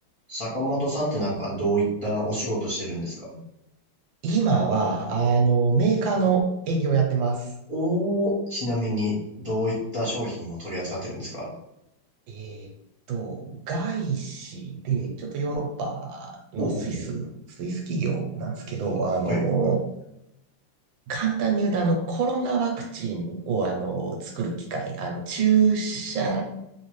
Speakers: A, on the left; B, on the right.
A: 坂本さんってなんかどういったお仕事してるんですか
B: 今は、あの、メーカーの営業をやってます。
A: おー、ちなみにどういった商品を取り扱ってるんですか
B: えーっと、外資で、ちょっとヨーロッパのスイス、
A: ほほうほうほう。
B: スイス企業なんですけど、あの、
A: はい。
B: 簡単に言うと、あの、コロナワクチンを、あの、作る機械、あの、注射